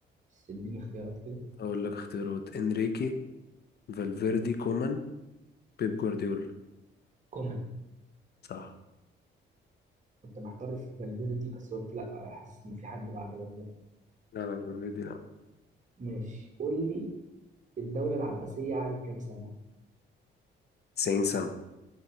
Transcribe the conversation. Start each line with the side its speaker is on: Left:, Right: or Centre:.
Right: بس اديني اختيارات كده
Left: اقول لك اختيارات انريكي فالفيردي كومان بيب جوارديولا
Right: كومان
Left: صح
Right: كنت محتار في فالفيردي بس قلت لا حاسس إن في حد بعد فالفيردي
Left: لا لا فالفيردي لا
Right: ماشي قول لي الدولة العباسية قعدت كام سنة
Left: 90 سنة